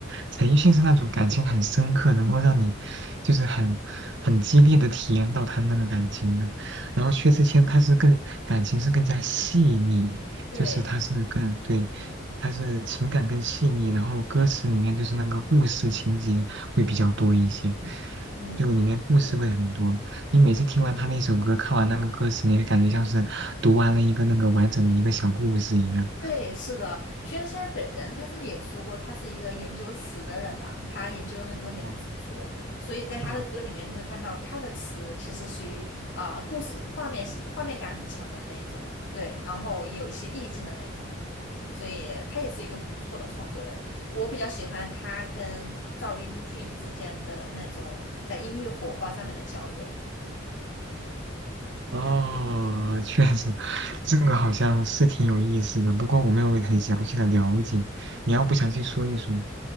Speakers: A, on the right; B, on the left.
A: 陈奕迅是那种感情很深刻，能够让你就是很很激烈的体验到他那个感情的。然后薛之谦他是更感情是更加细腻，
B: 对，
A: 就是他是更对。它是情感更细腻，然后歌词里面就是那个故事情节会比较多一些，
B: 嗯，
A: 就里面故事会很多。
B: 是，
A: 你每次听完他那首歌，看完那个歌词，你会感觉像是读完了一个那个完整的一个小故事一样。
B: 对，是的，薛之谦本人他自己也说过，他是一个研究词的人嘛，他研究了很多年的词，
A: 哦，
B: 所以在他的歌里面你会看到他的词其实属于啊、
A: 嗯，<laughs>
B: 故事画面画面感很强的那一种，对，然后有一些意境的那一种。所以他也是一个不错的创作人。我比较喜欢他跟赵英俊之间的那种在音乐火花上面的交流。
A: 哦，确实，这个好像是挺有意思的，不过我没有很详细的了解，你要不详细说一说？